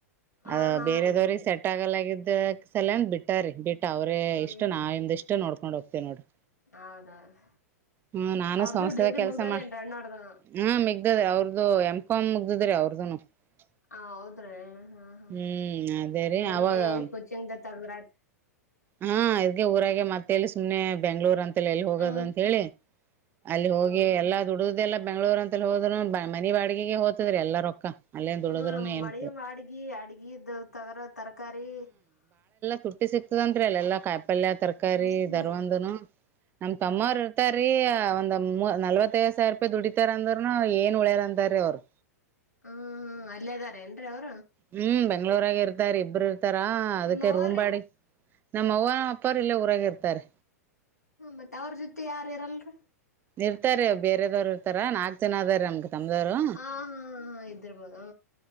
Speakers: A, on the right (about 25°); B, on the left (about 80°).
A: ಅದ
B: ಹ ಹಾ
A: ಬೇರೆದವ್ರಿಗೆ
B: ಇದ್ರ ಬ
A: ಸೆಟ್ ಆಗಲಾಗಿದ್ ಸಲಂದ ಬಿಟ್ಟ ರ ಬಿಟ್ಟ <unintelligible> ಅವ್ರೇ
B: ಹ್ಮ್
A: ಇಷ್ಟ ನಾವ ಇದ ಇಷ್ಟ ನೋಡ್ಕೊಂಡ್ ಹೋಗ್ತೇವಿ ನೋಡ್ರಿ
B: ಹೌದೌದು
A: ಹ್ಮ ನಾನು
B: ಅವ್ರ್ದು
A: ಸಂಸ್ಥೆದ
B: ಡಿಗ್ರಿ
A: ಕೆಲ್ಸ
B: ಮುಗ್ದದೇನ್ರಿ
A: ಮಾಡ
B: ಅಣ್ಣವ್ರ್ದು
A: ಹ ಮ ಗ್ದ ಅವ್ರ್ದು ಎಮ್ ಕಾಮ್ ಮುಗ್ದಿದ್ರೀ ಅವ್ರದನು <unintelligible>
B: ಹೌದ್ರೆ ಹಾ ಹಾ
A: ಹ್ಮ್ ಅದೇ ರೀ
B: ಎಲ್ಲಿ
A: ಅವಾಗ
B: ಕುಚಿಂಗ ತಗದ್ರಯ್ತು
A: ಹಾ ಇದ್ಗೆ ಊರಾಗೆ ಮತ್ತಲ್ಲಿ ಸುಮ್ನೆ ಬೆಂಗಳೂರ್ ಅಂತ <unintelligible> ಎಲ್ಲಿ ಹೋಗೋದ
B: ಹ್ಮ್
A: ಅಂತ ಹೇಳಿ ಅಲ್ಲಿ
B: ಹ್ಮ್
A: ಹೋಗಿ
B: ಹ್ಮ್
A: ಎಲ್ಲಾ ದುಡದೆಲ್ಲ ಬೆಂಗಳೂರು ಅಂತ ಹೋದ್ ಮನೆ ಬಾಡಗಿಗೆ ಹೋತದ್ರರಿ ಎಲ್ಲ ರೊಕ್ಕ ಅಲ್ಲೇನ್ ದುಡದ್ರನು
B: ಹ್ಮ
A: ಏನ್
B: ಮಳೆ ಅಡ್ಗಿ ಅಡ್ಗ ತಗರ ತರಕಾರಿ <unintelligible>
A: ತುಟ್ಟ ಸ <unintelligible> ಂರಿ ಅಲ್ಲ ಎಲ್ಲಾ ಕಾಯಿಪಲ್ಯ ತರಕಾರಿ
B: ಹ್ಮ್
A: ಧರ ಒಂದುನು ನಮ್ ತಮ್ಮಾರ ಸರಿ ಒಂದ <unintelligible> ನಲ್ವತ್ತೈವ್ ಸಾವಿರ ರೂಪಾಯಿ ದುಡಿತಾರ ಅಂದ್ರರುನು ಏನ್ ಉಳ್ಯರ್ ಅಂತಾರ ಅವರು
B: ಹ ಹಾ ಅಲ್ಲೇದಾರೆ ಏನ್ರೀ ಅವ್ರು
A: ಹ್ಮ್ ಬ ಬೆಂಗ್ಗಳೂರಗ ಇರ್ತಾರಿ ಇಬ್ಬರು ತರಾ ಅದಕ್ಕೆ
B: ನಿಮ್ಮ ಅವ್ವಾರ್ರೀ
A: ರೂಂಬಾಡಿಗಿ ನಮ್ಮ ಅವ್ವ ನಮ್ಮ ಅಪ್ಪರು ಇಲ್ಲ ಊರಾಗ ಇರ್ತಾರೆ
B: ಹ್ಮ ಮತ್ತತ್ ಅವ್ರ ಜೊತೆ ಯಾರು ಇರಲ್ರಿ
A: ಇರ್ತಾರೆ ಬೇರರೆದವ್ ಇರ್ತಾರ ನಾಕಕ್ ಜನ ಅದಾರ ನಮ್ಗ ತಮ್ದವ್ರು
B: ಹಾ ಹಾ ಹಾ ಇದ್ದಿರ್ಬೋದು